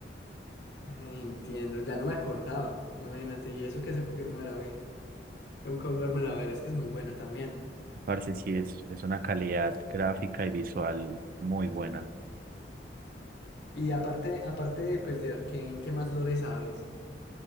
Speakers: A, on the left (about 70°); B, on the right (about 50°).
A: Eh, Entiendo, ya no me acordaba, imagínate, y eso que hace poquito me la vi. Tengo que volvérmela a ver, es que es muy buena también.
B: Parece sí es, es una calidad gráfica y visual muy buena.
A: Y aparte, aparte pues, de Arcane, ¿qué más lore sabes?